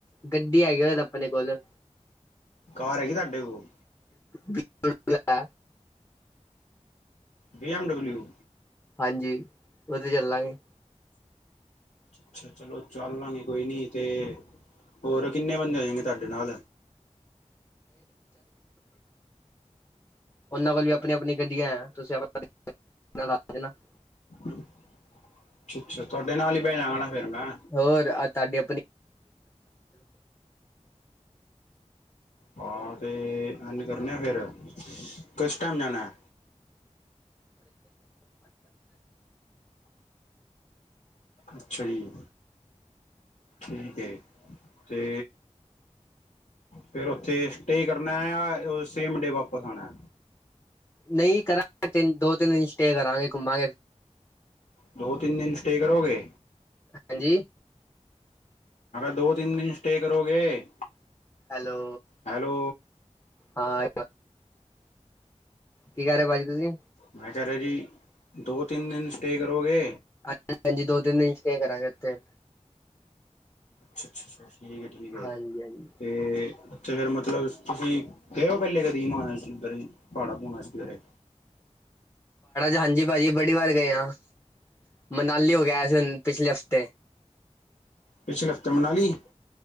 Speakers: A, on the left (about 20°); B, on the left (about 80°).
A: ਗੱਡੀ ਹੈਗੀ ਉ ਆਪਣੇ ਕੋਲ
B: ਕਾਰ ਹੈਗੀ ਤੁਹਾਡੇ ਕੋਲ।
A: ਬਿਲੁ ਹੈ।
B: ਬੀ ਐਮ ਡਬਲਿਊ
A: ਹਾਂਜੀ ਉਹ ਤੇ ਚੱਲਾਂਗੇ।
B: ਅੱਛਾ ਚਲੋ ਚੱਲ ਲਾਂਗੇ ਕੋਈ ਨੀ ਤੇ। ਹੋਰ ਕਿੰਨੇ ਬੰਦੇ ਹੋ ਜਾਨ ਗੇ ਤੁਹਾਡੇ ਨਾ
A: ਉਹਨਾਂ ਕੋਲ ਵੀ ਆਪਣੀ ਆਪਣੀ ਗੱਡੀਆਂ ਤੁਸੀਂ ਆਪ <unintelligible>
B: ਅੱਛ ਅੱਛਾ ਤੁਹਾਡੇ ਨਾਲ ਹੀ ਬੈਣਾ ਜਾਣਾ ਫੇਿਰ ਮੈਂ।
A: ਹੋਰ ਤੁਹਾਡੀ ਆਪਣੀ।
B: ਹਾਂ ਤੇ ਐਨ ਕਰਨ ਆ ਫਿਰ ਕਿਸ ਟਾਈਮ ਜਾਣਾ। ਅੱਛਾ ਜੀ ਠੀਕ ਹੈ ਤੇ ਫੇਿਰ ਉੱਥੇ ਸਟੇ ਕਰਨਾ ਜਾਂ ਸੇਮ ਡੇ ਵਾਪਿਸ ਆਉਣਾ।
A: ਨਹੀਂ ਕਰਾਂਗੇ ਤਿੰ ਦੋ ਤਿੰਨ ਦਿਨ ਸਟੇ ਕਰਾਂਗੇ ਘੁੰਮਾਂਗੇ।
B: ਦੋ ਤਿੰਨ ਦਿਨ ਸਟੇ ਕਰੋਗੇ।
A: ਹਾਂਜੀ।
B: ਦੋ ਤਿੰਨ ਦਿਨ ਸਟੇ ਕਰੋਗੇ।
A: ਹੈਲੋ
B: ਹੈਲੋ
A: ਹਾਂ। ਕੀ ਕਰ ਰਹੇ ਭਾਜੀ ਤੁਸੀਂ।
B: ਮੈਂ ਕਹਿ ਰਿਹਾ ਜੀ ਦੋ ਤਿੰਨ ਦਿਨ ਸਟੇ ਕਰੋਗੇ।
A: ਹਾਂ ਹਾਂਜੀ ਦੋ ਤਿੰਨ ਦਿਨ ਚ ਕਰਾਂਗੇ ਇੱਥੇ।
B: ਅੱਛਾਅੱਛਾ ਠੀਕ ਹੈ ਠੀਕ ਹੈ
A: ਹਾਂਜੀ ਹਾਂਜੀ
B: ਤੇ। ਤੇ ਫੇਿਰ ਮਤਲਬ ਤੁਸੀਂ ਗਏ ਓ ਪਹਿਲੇ ਕਦਰ ਪਾਹਾੜਾ ਭੂਣਾ ਸੀਧਰੇ
A: ਹਾਂਜੀ ਭਾਜੀ ਬੜੀ ਵਾਰ ਗਏ ਆਾਂ। ਮਨਾਲੀ ਹੋ ਗਿਆ ਸੀ ਹੁਣ ਪਿਛਲੇ ਹਫ਼ਤੇ।
B: ਪਿਛਲੇ ਹਫ਼ਤੇ ਮਨਾਲੀ।